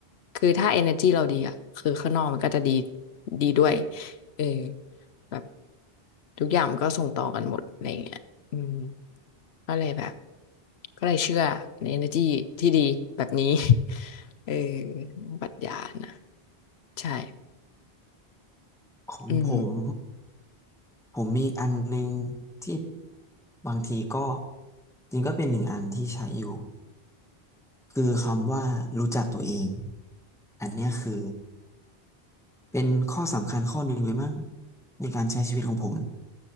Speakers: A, on the left; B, in the centre.
A: คือถ้า energy เราดีอ่ะคือข้างนอกมันก็จะดีดีด้วยเออแบบทุกอย่างมันก็ส่งต่อกันหมดอะไรอย่างเงี้ยอืมก็เลยแบบก็เลยเชื่อใน energy ที่ดีแบบนี้ <laughs> เออปรัชญานะใช่
B: ของผม
A: อืม
B: ผมมีอีกอันหนึ่งที่บางทีก็จริงก็เป็นหนึ่งอันที่ใช้อยู่คือคำว่ารู้จักตัวเองอันเนี้ยคือ เป็นข้อสำคัญข้อหนึ่งเลยมั้งในการใช้ชีวิตของผม